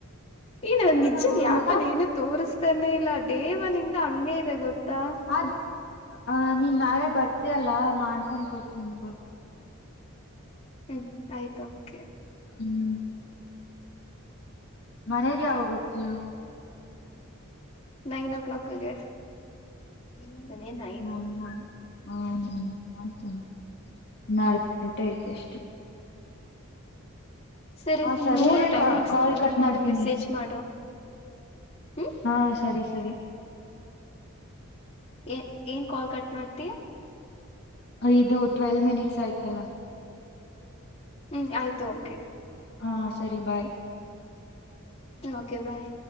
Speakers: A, on the left; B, on the left.
A: ಏನ ಅದ
B: ಹ್ಮ
A: ನಿಜ
B: ಊಟ
A: ಆಪಲ್ ಏನ ತೋರಿಸ್ತಾನೆ ಇಲ್ಲ ಡೇ ಒನ್ನಿಂದ ಹಂಗೆ ಇದೆ ಗೊತ್ತಾ
B: ಅದ್ ನೀನ್ ನಾಳೆ ಬರ್ತಿಯಲ್ಲ ಮಾಡ್ಕೊಂಡ್ ಕೊಡ್ತೀನಿ ಬುಡ್
A: ಹ್ಮು ಆಯ್ತ್ ಓಕೆ
B: ಹ್ಮೂ ಮನೆಗೆ ಯಾವಾಗ ಹೋಗ್ತಿಯಾ
A: ನೈನೊ ಕ್ಲಾಕಿಗೆ ಇನ್ ನೇನ್ ಅಯ್
B: ನ ಹ ಹ್ಮೂ ಆಯ್ತಲ ನಾಲ್ಕು ಗಂಟೆ ಐತೆ ಅಷ್ಟೇ
A: ಸರಿ
B: ಹಾ
A: ನೀನ್
B: ಸರಿಲೇ
A: ನೋಡು ಟೈಮಿಂಗ್ಸ್
B: ಕಾಲ್
A: ನೋಡ್ಬಿಟ್ಟು
B: ಕಟ್ ಮಾಡ್ತೀನಿ
A: ನನಗ್ ಮೆಸೇಜ್ ಮಾಡು ಹ್ಮ್
B: ಹಾ ಸರಿ ಸರಿ
A: ಏ ಏನ್ ಕಾಲ್ ಕಟ್ ಮಾಡ್ತಿಯ
B: ಇದು ಟ್ವೆಲ್ವ್ ಮಿನಿಟ್ಸ್ ಆಯ್ತಲ್ಲ
A: ಹ್ಮ್ ಆಯ್ತು ಒಕೆ
B: ಹಾ ಸರಿ ಬಾಯ್
A: ಓಕೆ ಬಾಯ್